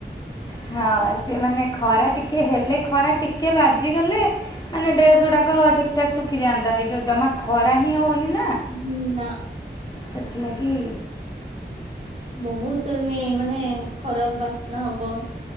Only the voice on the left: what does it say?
ହଁ ସେ ମାନେ ଖରା ଟିକେ ଟିକେ ହେଲେ ଖରା ଟିକେ ବାଜିଗଲେ ମାନେ ଡ୍ରେସ୍ ଗୁଡ଼ାକ ଠିକଠାକ ଶୁଖିଯାଆନ୍ତା ଏଇ ଯୋଉ ଜମା ଖରା ହ୍ନି ହୋଉନି।
ସେଥିଲାଗି